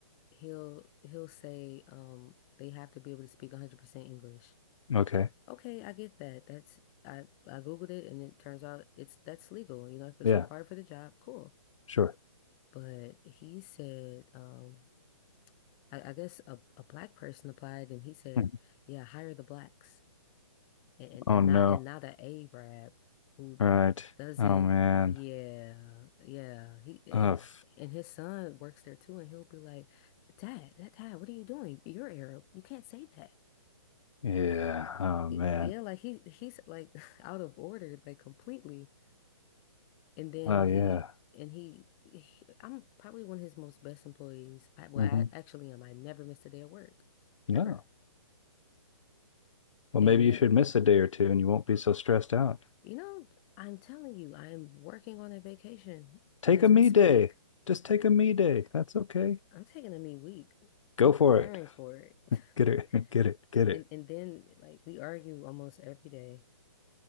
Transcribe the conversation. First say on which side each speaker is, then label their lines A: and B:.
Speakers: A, on the left; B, on the left.
A: he'll he'll say um they have to be able to speak 100% English.
B: Okay.
A: Okay, I get that. That's I I Googled it and it turns out it's that's legal, you know, if it's
B: Yeah,
A: required for the job, cool.
B: sure.
A: But he said, um I, I guess a, a black person applied and he said,
B: Hmm.
A: yeah, hire the blacks and, and,
B: Oh
A: and
B: no.
A: not and not an Arab who
B: All right.
A: doesn't
B: Oh man.
A: yeah, yeah. He and
B: Ugh.
A: and his son works there too and he'll be like, Dad, that Dad, what are you doing? You're Arab. You can't say that.
B: Yeah. Oh
A: Y-
B: man.
A: Yeah, like he he's like <laughs> out of order, like completely. And then
B: Oh
A: he
B: yeah.
A: and he, he I'm probably one of his most best employees. I, well,
B: hmm
A: I actually am. I never missed a day of work
B: No.
A: ever.
B: Well,
A: And
B: maybe you
A: yet
B: should miss a day or two and you won't be so stressed out.
A: You know, I'm telling you, I'm working on a vacation
B: Take
A: as
B: a me
A: we speak.
B: day. Just take a me day. That's okay.
A: I'm taking a me week.
B: Go
A: I'm
B: for
A: preparing
B: it.
A: for it. <laughs>
B: <laughs> Get it. Get it. Get it.
A: And and then like we argue almost every day.